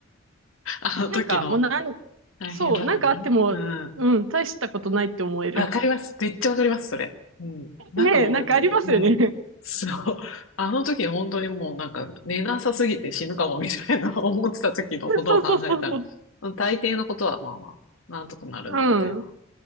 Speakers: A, on the left; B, on the right.
A: あの時の
B: なんかもうなん、
A: 大変だからね。
B: そう、なんかあっても、
A: うん。
B: うん、大したことないって思える。
A: わかります。めっちゃわかります、それ。うん。なんかもう、
B: ねえ、なんかありますよね。
A: だって、うん。
B: <laughs>
A: そう。あの時本当にもうなんか寝なさすぎて死ぬかもみたいな <laughs> 思ってた時のことを考えたら、
B: そうそうそうそう。
A: 大抵のことはまあまあ、なんとかなるな、
B: うん。
A: みたいな。